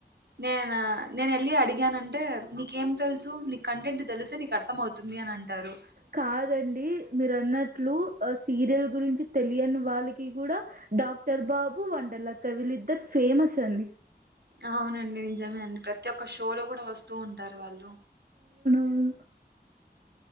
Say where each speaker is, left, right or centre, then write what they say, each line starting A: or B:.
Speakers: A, on the right; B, on the right.
A: నేన నేను వెళ్ళి అడిగానంటే నీకేం తెలుసు నీ కంటెంట్ తెలిసే నీకు అర్థం అవుతుంది అని అంటారు.
B: కాదండి మీరు అన్నట్లు సీరియల్. గురించి తెలియని వాళ్ళకి కూడా డాక్టర్ బాబు వంటల అక్క ఇద్దరు ఫేమస్ అండి
A: అవునండి నిజమే అండి ప్రతి ఒక్క షోలో కూడా వస్తూ ఉంటారు వాళ్ళు
B: ఉమ్.